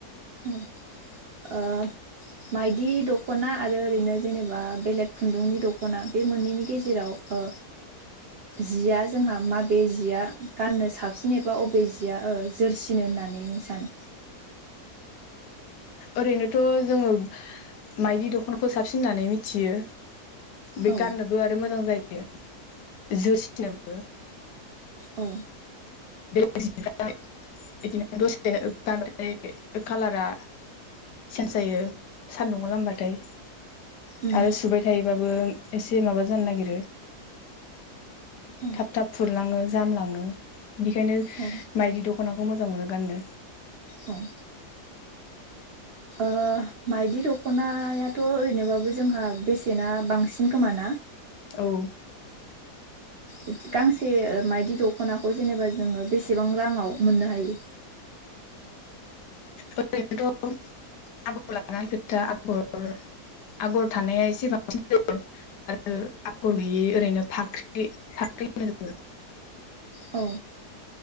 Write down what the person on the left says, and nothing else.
ओरैनोथ' जोङो माइदि दखनाखौ साबसिन होननानै मिथियो। बे
गाननोबो आरो मोजां जा यो जोरसिथायाबो
बेलेगनिफ्राय बिदिनो दसे बांद्राय कालारा चेन्ज जायो सानदुंआव लामबाथाय
आरो सुबाय थायोबा बो एसे माबा जानो नागिरो
थाब थाब फुरलाङो जामलाङो बिखायनो
मायदि दख दख'नाखौ मोजां मोनो गाननो
औ
ओरैनोथ' आगर लानाय खोथा आगर आगर थानाया एसे बांसिन जायो आरो आगर गैयै ओरैनो फाख्रि फाख्रि होनो जोङो